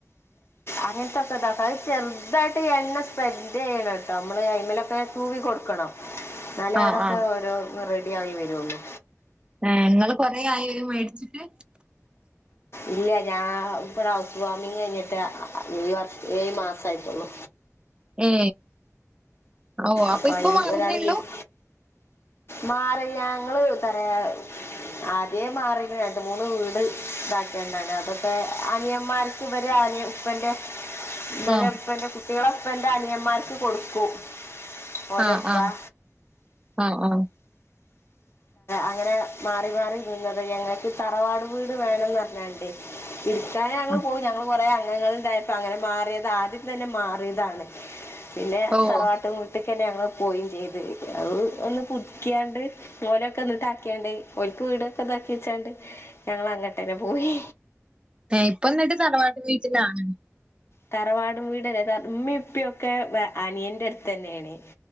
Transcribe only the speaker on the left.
അങ്ങനത്തൊക്കെ ഇതാക്കും. അത് ചെറുതായിട്ട് എണ്ണ സ്പ്രെഡ്യ്യണം കേട്ടോ. നമ്മള് അയ്‌മലൊക്കെ തുവി കൊടുക്കണം. എന്നാല്ലേ
അതൊക്കെ
ഓരോ റെഡി ആയി വരോള്ളു.
ഇല്ല ഞാ ഇവിടെ ഹൗസ് വാർമിങ് കഴിഞ്ഞിട്ട് ഈ വർഷം ഈ മാസം ആയിട്ടോള്ളു.
അപ്പോൾ
അതിന്
ഒരാൾ ഗിഫ്റ്റ് മാറി ഞങ്ങള് പറയാ, ആദ്യേ മാറി. രണ്ട് മൂന്ന് വീട് ഇതാക്കേണ്ടെണ്. അതൊക്കെ അനിയന്മാർ ക്ക് ഇവരെ ആണ് ഉപ്പന്റെ ഇലെ
ഉപ്പന്റെ കുട്ടികള ഉപ്പന്റെ അനിയമാർക്ക് കൊടുക്കും. ഓലപ്പ
അങ്ങനെ മാറി മാറി നിന്നത്. ഞങ്ങൾക്ക് തറവാട് വീട് വേണംന്ന് പറഞ്ഞണ്ടേ. ഇടുക്കാതെ ഞങ്ങള്
പോയി. ഞങ്ങള് കൊറെേ അംഗങ്ങള ഉണ്ടായിരുന്ന. അങ്ങനെ മാറിയത്. ആദ്യം തന്നെ മാറിയതാണ്. പിന്നെ
തറവാട്ട് വി ട്ടക്കന്നെ ഞങ്ങ പോയും ചെയ്ത്. അത് ഒന്ന് പുതിക്കാണ്ട്. ഓലക്ക എന്ന് ആയ്ക്കേണ്ട്. ഇവര്ക് വീട് <unintelligible> ഞങ്ങൾ അങ്ങട്ട് തന്നെ പോയി.
തറവാടും വീടല്ലെ. ഉമ്മി ഉപ്പിയ ഒക്കെ വ അനിയന്റെ അടുത്ത തന്നെണ്.